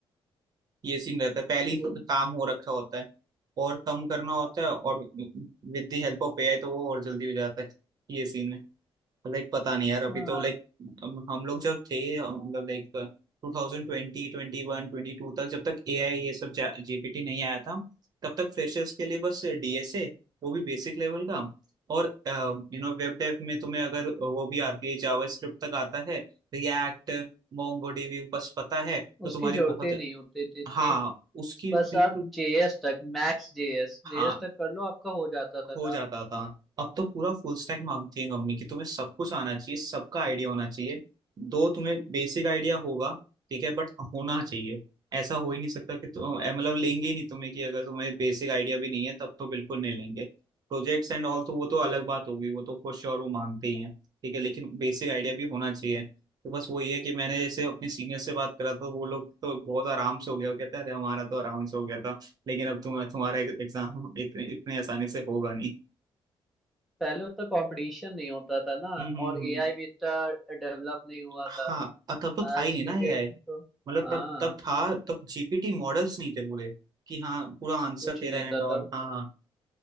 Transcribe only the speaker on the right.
ये सीन रहता है पहले ही
काम हो रखा होता है और कम करना होता है और with the help of AI तो वो और जल्दी हो जाता है ये सीन है लाइक पता नहीं यार अभी
तो लाइक हम लोग जब थे मतलब like two thousand twenty twenty one twenty two तक जब तक एआई ये सब जीपीटी नहीं आया था तब तक फ्रेशर्स के लिए बस डीएसए वो भी बेसिक लेवल का और यू नो वेब डेव में तुम्हें अगर वो भी आती है जावास्क्रिप्ट तक आता है रिएक्ट मोंगोडीबी बस पता है तो
तुम्हारी
बहुत
हाँ उसकी
बिल्कुल
हाँ
हो जाता था अब तो पूरा फुल स्टैक मांगती है मम्मी कि तुम्हें सब कुछ आना चाहिए सबका आइडिया होना चाहिए दो तुम्हें बेसिक आइडिया होगा ठीक है बट होना चाहिए ऐसा हो ही नहीं सकता कि तुम अ, मतलब लेंगे ही नहीं तुम्हें कि अगर तुम्हें बेसिक आइडिया भी नहीं है तब तो बिल्कुल नहीं लेंगे प्रोजेक्ट्स एंड ऑल तो वो तो अलग बात होगी वो तो खुश और वो मांगते ही हैं ठीक है लेकिन बेसिक आइडिया भी होना चाहिए तो बस वही है कि मैंने जैसे अपने सीनियर से बात करा तो वो लोग तो बहुत आराम से हो गया वो कहते हैं अरे हमारा तो आराम से हो गया था लेकिन अब तुम तुम्हारा एग्जाम इतने, इतने आसानी से होगा नहीं
हम्म हम्म,
हम्म।
हाँ और तब तो था
ही नहीं
ना
एआई
मतलब
तब तब था तब जीपीटी मॉडल्स नहीं थे पूरे कि हाँ पूरा आंसर
दे
रहा है एंड
ऑल
हाँ हाँ